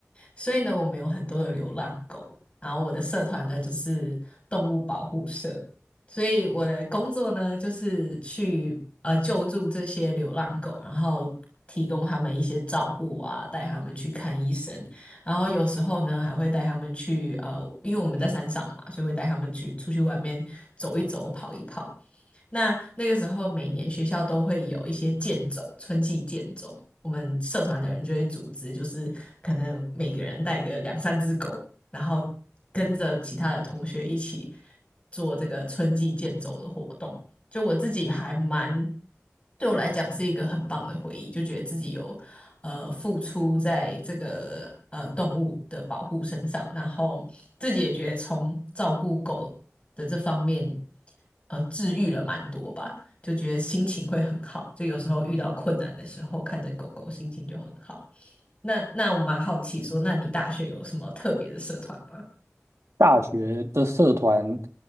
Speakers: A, on the left; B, on the right.
A: 所以呢，我们有很多的流浪狗，然后我的社团呢就是动物保护社，所以我的工作呢就是去呃救助这些流浪狗，然后提供他们一些照护啊，带他们去看医生，然后有时候呢还会带他们去呃，因为我们在山上嘛，所以会带他们去出去外面走一走、跑一跑。那那个时候每年学校都会有一些健走，春季健走，我们社团的人就会组织，就是可能每个人带个两三只狗，然后跟着其他的同学一起做这个春季健走的活动。就我自己还蛮，对我来讲是一个很棒的回忆，就觉得自己有呃付出在这个呃动物的保护身上，然后自己也觉得从照顾狗的这方面，呃，治愈了蛮多吧，就觉得心情会很好，就有时候遇到困难的时候，看着狗狗心情就很好。那那我蛮好奇说，那你大学有什么特别的社团吗？
B: 大学的社团，